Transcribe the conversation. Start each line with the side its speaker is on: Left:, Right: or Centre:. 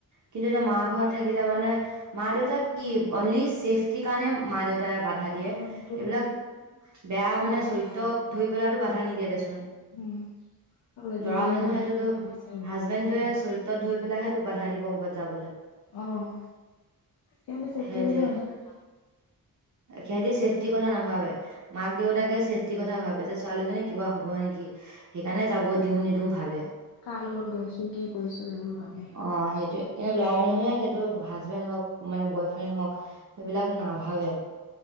Right: কিন্তু এতিয়া মা ঘৰত থাকিলে মানে মা দেউতাক কি অনলি ছেফটিৰ কাৰণে মা দেউতা বাধা দিয়ে
Left: অ সেইটো
Right: এইবিলাক
Left: ভাবি
Right: বেয়া মানে
Left: বেলেগ
Right: চৰিত্ৰ
Left: নাই আৰু
Right: ধৰি পেলাই বাধা নিদিয়ে দেচোন
Left: উম, আৰু আজিকালি
Right: ল'ৰা মানুহে
Left: যি
Right: টোতো
Left: যি হৈছে
Right: হাজবেণ্ডটোয়ে
Left: বা ভয় লাগে
Right: চৰিত্ৰত ধৰি পেলাইহে তোক বাধা দিব ক'ৰবাত যাবলৈ
Left: অ সিহঁতৰ চৰিত্ৰ
Right: সেইটোৱে
Left: সেনেকুৱা যে
Right: সিহঁতি ছেফটিৰ কথা নাভাবে মাক দেউতাকে ছেফটিৰ কথা ভাবে যে ছোৱালীজনী কিবা হব নেকি সেইকাৰণে যাব দিওঁ নিদিও ভাবে
Left: কাৰ লগত গৈছো কি কৰিছো এইবোৰ ভাবে
Right: অ সেইটোৱে কিন্তু ল'ৰা মানুহে সেইটো হাজবেণ্ড হওক মানে বয় ফ্ৰেণ্ড হওক এইবিলাক নাভাবে